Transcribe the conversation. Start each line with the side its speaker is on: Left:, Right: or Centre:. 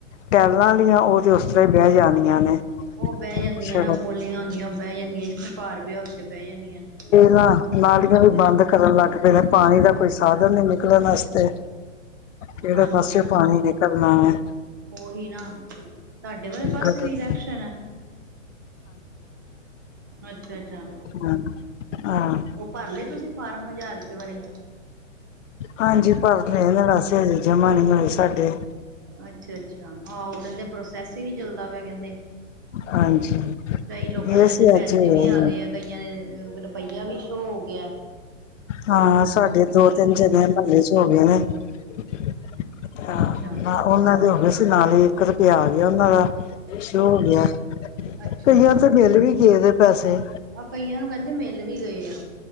Left: ਟੈਲਾਂ ਆਲਿਆਂ, ਔਹ ਤੇ ਉਸ ਤਰ੍ਹਾਂ ਈ ਬੇਹ ਜਾਣੀਆਂ ਨੇ।
Right: ਉਹ
Left: <unintelligible>
Right: ਬਹਿ ਜਾਂਦੀਆਂ
Left: ਓਹੀ
Right: ਨਾ ਪੋਲੀਆਂ ਹੁੰਦੀਆਂ ਬਹਿ ਜਾਂਦੀਆਂ ਜਿੱਥੇ ਭਾਰ ਪਿਆ ਉੱਥੇ ਬਹਿ ਜਾਂਦੀਆਂ ਨੇ
Left: ਨਾ। ਨਾਲੀਆਂ ਵੀ ਬੰਦ ਕਰਨ ਲੱਗ ਪਏ ਨੇ, ਪਾਣੀ ਦਾ ਕੋਈ ਸਾਧਨ ਨਈ ਨਿਕਲਣ ਆਸਤੇ। ਕਿਹੜੇ
Right: ਹਾਂਜੀ
Left: ਪਾਸੇਓ ਪਾਣੀ ਨਿਕਲਣਾ ਏ?
Right: ਉਹੀ ਨਾ, ਤੁਹਾਡੇ ਵਾਲੇ ਪਾਸੇ
Left: ਗਟਰ
Right: ਵੀ ਇਲੈਕਸ਼ਨ ਐ? ਅੱਛਾ-ਅੱਛਾ।
Left: ਹਨ, ਆਹ।
Right: ਔਹ ਭਰ ਲਏ ਤੁਸੀਂ ਫਾਰਮ, ਹਜ਼ਾਰ ਰੁਪਏ ਵਾਲੇ?
Left: ਹਾਂਜੀ ਭਰ ਲਏ ਨੇ ਵੈਸੇ, ਅਜੇ ਜਮਾ ਨਈ ਹੋਏ ਸਾਡੇ।
Right: ਅੱਛਾ-ਅੱਛਾ, ਹਾਂ ਔਹ ਕਹਿੰਦੇ, ਪ੍ਰੋਸੈਸ ਈ ਨੀ ਚੱਲਦਾ ਪਿਆ ਕਹਿੰਦੇ।
Left: ਹਾਂਜੀ।
Right: ਕਈ ਲੋਕਾਂ
Left: ਗਏ
Right: ਦੇ ਕਹਿੰਦੇ,
Left: ਸੀ
Right: ਪੈਸੇ
Left: ਅੱਜ ਹੋਏ
Right: ਵੀ ਆ
Left: ਨੇ
Right: ਗਏ ਏ, ਕਈਆਂ ਦੇ ਰੁਪਈਆ ਵੀ ਸ਼ੋ ਹੋ ਗਿਆ ਐ।
Left: ਹਾਂ, ਸਾਡੇ ਦੋ, ਤਿੰਨ
Right: ਗਏ ਨੇ
Left: ਜਿੰਨੀਆਂ ਮਲੇ ਚ ਹੋ ਗਏ ਨੇ। ਅੱਛਾ,
Right: ਅੱਛਾ
Left: ਨਾ ਉਹਨਾਂ ਦੇ ਹੋ ਗਏ ਸੀ, ਨਾਲ ਈ ਇੱਕ ਰੁਪਇਆ ਆ ਗਿਆ ਉਹਨਾਂ ਦਾ। ਜੋ ਹੋ ਗਿਆ ਏ,
Right: ਅੱਛਾ
Left: ਕਈਆਂ ਤੇ ਮਿੱਲ ਵੀ ਗਏ ਦੇ ਪੈਸੇ।
Right: ਆ ਕਈਆਂ ਨੂੰ ਕੇਂਦੇ ਮਿਲ ਵੀ ਗਏ ਆ।